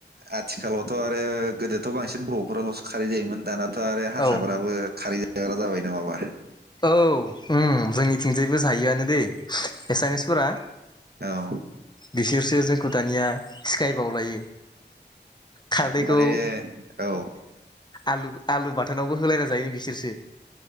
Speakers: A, on the right (about 60°); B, on the left (about 25°).
A: आथिखालावथ' आरो गोदोथ' बांसिन बर' फोराल'सो खारै जायोमोन दानाथ' आरो हारसाफोराबो
B: औ
A: खारै जायो दाग्रा जाबाय नामाबा
B: औ ओ जोंनिथिंजायबो जायोआनो दे एसामिसफोरा
A: औ
B: बिसोरसो जों दानिया सिकाय बावलायो खारदैखौ
A: माने औ
B: आलु - आलु बाथोनावबो होलायना जायो बिसोरसो